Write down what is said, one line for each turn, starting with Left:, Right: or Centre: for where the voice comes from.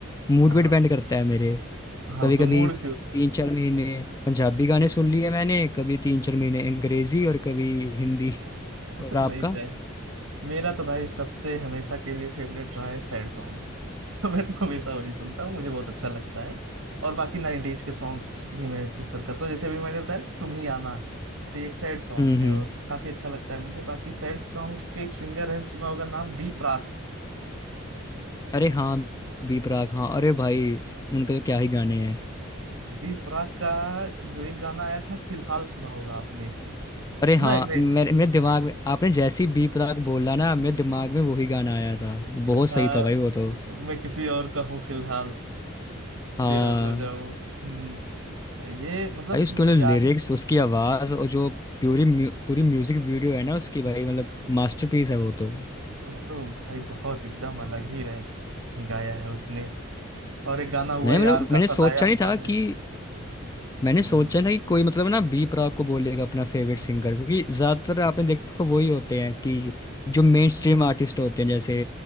Left: मूड
Right: हाँ
Left: पे डिपेंड करता है मेरे।
Right: हाँ
Left: कभी-कभी
Right: वो तो मूड क्यों
Left: 3-4 महीने पंजाबी गाने सुन लिए मैंने, कभी 3-4 महीने अंग्रेज़ी और कभी हिंदी।
Right: <laughs>
Left: और आपका?
Right: नहीं चाहिए मेरा तो भाई सबसे हमेशा के लिए फेवरेट रहा है सैड सॉन्ग <laughs> मैं तो हमेशा वही सुनता हूँ मुझे बहुत अच्छा लगता है और बाकी 90s के सॉन्ग्स भी मैं प्रिफर करता हूँ जैसे अभी मैंने बताया ना तुम ही आना तो ये एक सैड सॉन्ग
Left: हुँ,
Right: है
Left: हुँ।
Right: और काफी अच्छा लगता है मुझे बाकी सैड सॉन्ग्स के एक सिंगर है सुना होगा नाम बी प्राक
Left: अरे हाँ, बी प्राक, हाँ। अरे भाई, उनके तो क्या ही गाने हैं।
Right: बी प्राक का जो एक गाना आया था फिलहाल सुना होगा आपने
Left: अरे
Right: सुना
Left: हाँ
Right: है कि नहीं
Left: मेरे मेरे दिमाग में आपने जैसी बी प्राक बोला ना मेरे दिमाग में वही गाना आया था बहुत सही
Right: आ,
Left: था भाई वो तो
Right: मैं किसी और का हूँ फिलहाल
Left: हाँ
Right: तेरा हो जाऊं हम्म ये मतलब
Left: भाई उसके मतलब
Right: क्या
Left: लिरिक्स
Right: ही
Left: उसकी आवाज़ और जो पूरी म्यू, पूरी म्यूजिक वीडियो है ना उसकी भाई मतलब मास्टरपीस है वो तो
Right: तो भाई बहुत एकदम अलग ही रह गाया है उसने और एक गाना हुआ
Left: मैंने
Right: है
Left: मतलब
Right: यार का
Left: मैंने
Right: सताया
Left: सोचा नहीं
Right: हुआ
Left: था
Right: है
Left: कि मैंने
Right: हम्म
Left: सोचा नहीं था कि कोई मतलब ना बी प्राक को बोलेगा अपना फेवरेट सिंगर क्योंकि ज़्यादातर आपने देखा होगा वही होते हैं कि जो मेन स्ट्रीम आर्टिस्ट होते हैं जैसे